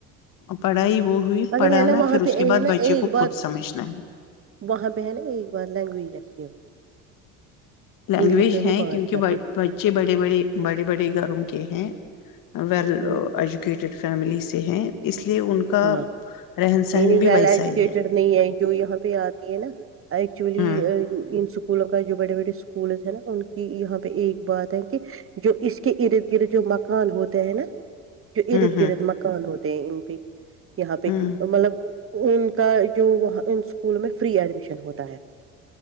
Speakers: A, on the left; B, on the right.
A: پڑھائی وہ ہوئی
B: مگر
A: پڑھانا
B: ہے نا وہاں
A: پھر اس
B: پہ
A: کے
B: ہے
A: بعد
B: نا
A: بچے
B: ایک
A: کو
B: بار
A: خود سمجھنا ہے
B: وہاں پہ ہے نا ایک بار لینگویج اچھی ہے کی
A: لینگویج
B: انگلش میں
A: ہے
B: وہ بات
A: کیونکہ
B: کرتے
A: بچے بڑے بڑے بڑے بڑے گھروں کے ہیں ویل
B: ہ
A: ایجوکیٹیڈ فیملی سے ہیں اس لیے ان کا
B: ہاں
A: رہن سہن
B: نہیں نہیں
A: بھی
B: ویل
A: ویسا
B: ایجوکیٹیڈ
A: ہی ہے
B: نہیں ہے جو یہاں پہ آتی ہے نا ایکچولی
A: ہوں
B: اسکولوں کا جو بڑے بڑے اسکول ہیں نا ان کی یہاں پہ ایک بات ہے کہ جو اس کے ارد گرد جو مکان ہوتے ہیں نا جو
A: ہوں
B: ارد
A: ہوں
B: گرد مکان ہوتے ہیں ان پہ یہاں پہ
A: ہوں
B: مطلب ان کا جو وہاں ان اسکولوں میں فری ایڈمیشن ہوتا ہے